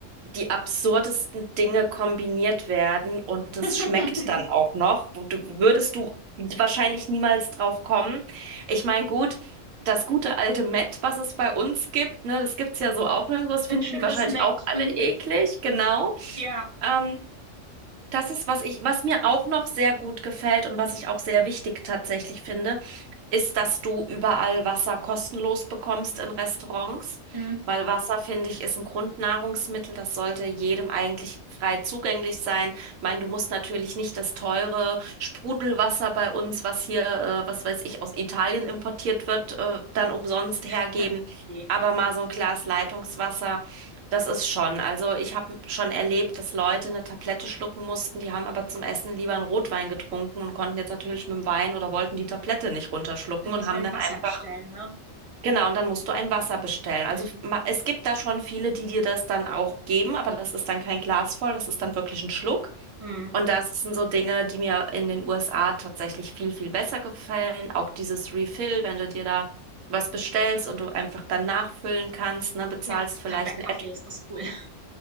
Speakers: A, on the right (about 75°); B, on the right (about 35°).
A: die absurdesten Dinge kombiniert werden und das
B: <laughs>
A: schmeckt dann auch noch. Wo Du, würdest du wahrscheinlich niemals drauf kommen. Ich meine, gut, das gute alte Mett, was es bei uns gibt, ne, das gibt's ja so auch nirgendwo, das finden
B: ein schönes
A: die wahrscheinlich
B: Match.
A: auch alle
B: Mm,
A: eklig, genau.
B: ja.
A: Ähm, das ist, was ich, was mir auch noch sehr gut gefällt und was ich auch sehr wichtig tatsächlich finde, ist, dass du überall Wasser kostenlos bekommst in Restaurants,
B: Mm.
A: weil Wasser, finde ich, ist ein Grundnahrungsmittel, das sollte jedem eigentlich frei zugänglich sein. Ich meine, du musst natürlich nicht das teure Sprudelwasser bei uns, was hier, äh, was weiß ich, aus Italien importiert wird, äh, dann umsonst hergeben,
B: <laughs>
A: aber
B: Nee.
A: mal so ein Glas Leitungswasser. Das ist schon. Also ich habe schon erlebt, dass Leute eine Tablette schlucken mussten, die haben aber zum Essen lieber einen Rotwein getrunken und konnten jetzt natürlich mit dem Wein oder wollten die Tablette nicht runterschlucken
B: Da muss
A: und haben
B: man
A: dann
B: Wasser
A: einfach,
B: bestellen, ne?
A: genau, und dann musst du ein Wasser bestellen. Also
B: Mm,
A: ma- es gibt da schon viele, die dir das dann auch geben, aber das ist dann kein Glas voll, das ist dann wirklich ein Schluck.
B: mm.
A: Und das sind so Dinge, die mir in den USA tatsächlich viel, viel besser gefallen. Auch dieses Refill, wenn du dir da was bestellst und du einfach dann nachfüllen kannst, ne, bezahlst
B: Ja,
A: vielleicht
B: gerade bei Kaffee
A: ein
B: ist das cool. <laughs>